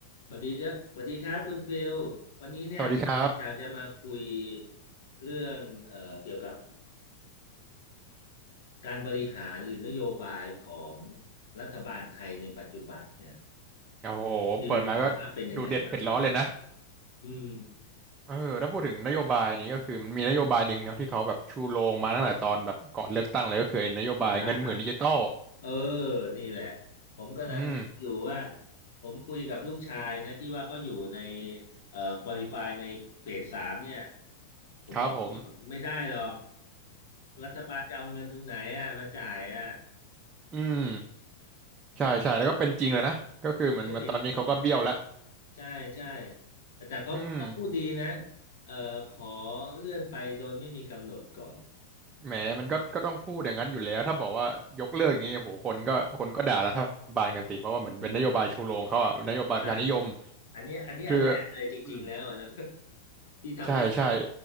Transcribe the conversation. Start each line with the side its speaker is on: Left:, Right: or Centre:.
Left: สวัสดีครับสวัสดีครับคุณฟิลวันนี้เนี่ย
Right: สวัสดีครับ
Left: อยากจะมาคุยเรื่องเอ่อเกี่ยวกับการบริหารหรือนโยบายของรัฐบาลไทยในปัจจุบันเนี่ย
Right: โอ้โหเปิดมาก็
Left: ฟิลมองว่าเป็นยังไงบ้างตอนนี้
Right: ดูเด็ดเผ็ดร้อนเลยนะ
Left: อืม
Right: เออถ้าพูดถึงนโยบายนี้ก็คือมันมีนโยบายหนึ่งเนาะที่เขาแบบชูโรงมาตั้งแต่ตอนแบบก่อนเลือกตั้งเลยก็คือไอ้นโยบายเงินหมื่นดิจิตอล
Left: บริหารป่ะเออนี่แหละผมกำลังดูอยู่ว่า
Right: อืม
Left: ผมคุยกับลูกชายนะที่ว่าเขาอยู่ในเอ่อควอลิฟายในเฟสสามเนี่ยผมบอกว่าไม่ได้หรอก
Right: ครับผม
Left: รัฐบาลจะเอาเงินตรงไหนอ่ะมาจ่ายอ่ะ
Right: อืมใช่ใช่แล้วก็เป็นจริงเลยนะก็คือเหมือนมันตอนนี้เขาก็เบี้ยวแล้ว
Left: มันก็เป็นจริงอ่ะใช่ใช่แต่แต่เขาเขาพูดดีนะ
Right: อืม
Left: เอ่อขอเลื่อนไปโดยไม่มีกำหนดก่อน
Right: แหมมันก็ก็ต้องพูดอย่างนั้นอยู่แล้วถ้าบอกว่ายกเลิกอย่างนี้โอ้โหคนก็คนก็ด่ารัฐบาลกันสิเพราะว่าเหมือนเป็นนโยบายชูโรงเขาอะนโยบายประชานิยม
Left: เออได้ใช่ใช่อันนี้อันนี้อันแรกเลยจริงๆแล้วอะนะ
Right: คืออืม
Left: <laughs> ที่ทำให้เขา
Right: ใช่ใช่